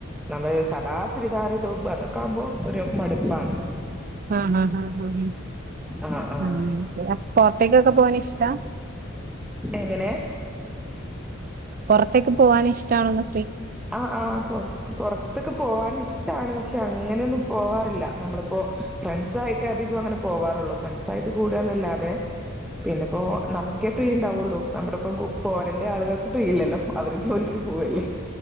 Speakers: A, in the centre; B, on the right.
A: നമ്മള് സദാ ചുരിദാറു ടോപ് അതൊക്കെ ആകുമ്പോ ഒരു മടുപ്പാണ്
B: ആഹ് ഹ്
A: ആ ആ
B: ഹ് പുറത്തേക്കൊക്കെ പോന് ഇഷ്ടാ
A: എങ്ങനെ
B: പുറത്തേക്ക് പോവാൻ ഇഷ്ടമാണെന്ന്
A: ആ് ആ പുറത്തൊക്ക പോവാന ഇഷം ഇഷ്ടാണ് പക്ഷെ അങ്ങനെയൊന്നും പോവാറില്ല നമ്മളിപ്പോ ഫ്രണ്ട്സ്യിട്ട് അധികം അങ്ങനെ പോവാറുള്ളു ഫ്രണ്ട്സ ആയിട്ട് കൂടന്നല്ലാതെ പിന്നെപ്പോ നമുക്കേ ഫ്രീ ഉണ്ടാവുള്ളു നമ്മുടെ ഇപ്പം പോരേണ്ട ആളുകൾക്ക് ഫ്രീ ഇല്ലല്ലോ അവര് ജോലിക്ക് പോവല്ലേ